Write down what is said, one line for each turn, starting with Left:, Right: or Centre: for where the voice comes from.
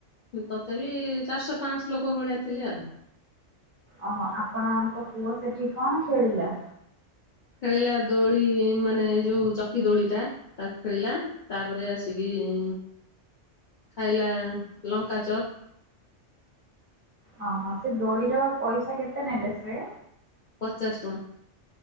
Left: ତଥାପି ବି ଚାରିଶହ ପାଞ୍ଚସଲୋକ ଭଳିଆ ଥିଲେ ଆଉ।
Right: ଓହୋ ଆପଣଙ୍କ ପୁଅ ସେଠି କଣ ଖେଳିଲା?
Left: ଖେଳିଲା ଦୋଳି ମାନେ ଯୋଉ ଚକି ଦୋଳି ଟା ତାକୁ ଖେଳିଲା ତାପରେ ଆସିକି ଇଁ ଖାଇଲା ଆ ଲଙ୍କା ଚପ୍।
Right: ଓହୋ ସେ ଦୋଳିର ପଇସା କେତେ ନେଲେ ସେ?
Left: ପଚାଶ ଟଙ୍କା।